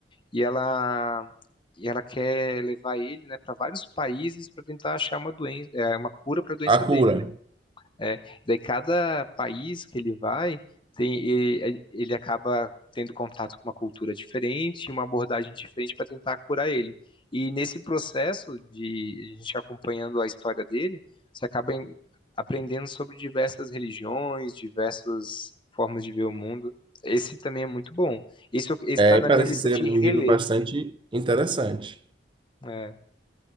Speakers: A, on the left (about 25°); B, on the right (about 25°).
A: e ela e ela quer levar ele, né, para vários países para tentar achar uma doença, é, uma cura para a doença
B: A
A: dele,
B: cura.
A: né? É, daí cada país que ele vai, tem, ele, ele acaba tendo contato com uma cultura diferente, uma abordagem diferente para tentar curar ele. E nesse processo de a gente acompanhando a história dele, você acaba em- aprendendo sobre diversas religiões, diversas formas de ver o mundo. Esse também é muito bom. Esse está
B: É,
A: na
B: parece
A: minha lista
B: ser
A: de
B: um
A: reler.
B: livro bastante interessante.
A: É.